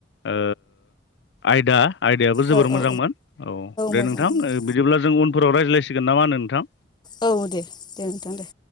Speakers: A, on the left; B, on the left.
A: ओ‌ आयदा आइदिायाबो जोबोर
B: औ
A: मोजांमोन
B: औ
A: औ दे
B: मोजां
A: नोंथां
B: मोनो
A: बिदिब्ला जों उनफोराव रायज्लायसिगोन ना मा होनो नोंथां
B: औ दे दे नोंथां दे